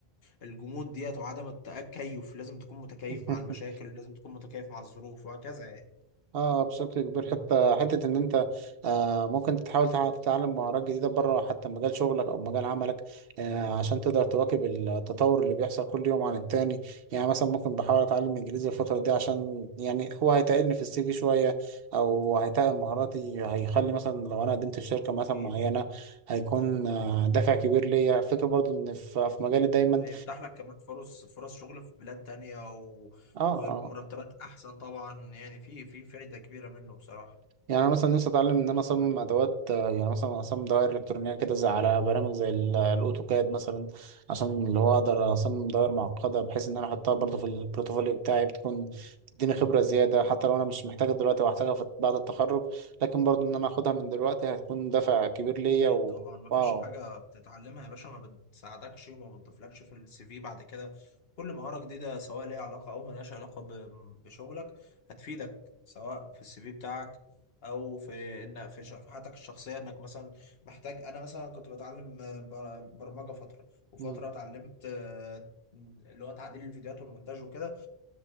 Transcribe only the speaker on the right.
اه <laughs>
اه بشكل كبير
حتى حته ان انت آه ممكن تحاول تع- تتعلم مهارات جديده بره حتى مجال شغلك او مجال عملك آه عشان تقدر تواكب التطور اللي بيحصل كل يوم عن التاني يعني مثلا ممكن بحاول اتعلم انجليزي الفتره دي عشان يعني هو هيتقلني في السي في شويه او هيتقل مهاراتي هيخلي مثلا لو انا قدمت في شركه مثلا
معينه هيكون آه دافع كبير ليا فكره برضو ان في في مجالي دايما
اه
آه.
يعني انا مثلا نفسي اتعلم ان انا اصمم ادوات آه، يعني مثلا اصمم دوائر الكترونيه كده زي على برامج زي ال- الاوتوكاد مثلا عشان اللي هو اقدر اصمم دوائر معقده بحيث ان انا احطها برضه في البروتوفوليو بتاعي بتكون تديني
خبره زياده حتى لو انا مش محتاجها دلوقتي وهحتاجها في- بعد التخرج لكن برضه ان انا اخدها من دلوقتي هتكون دافع كبير ليا
و...
واو
مم.